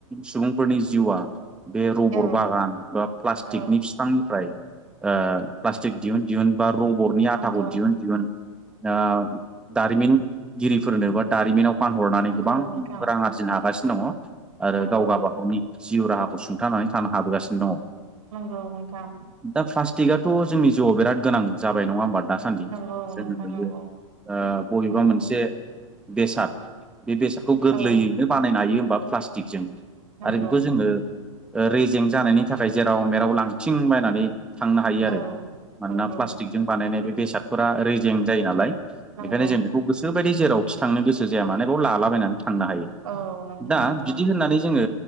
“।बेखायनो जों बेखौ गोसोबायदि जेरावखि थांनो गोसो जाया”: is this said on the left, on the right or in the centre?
Centre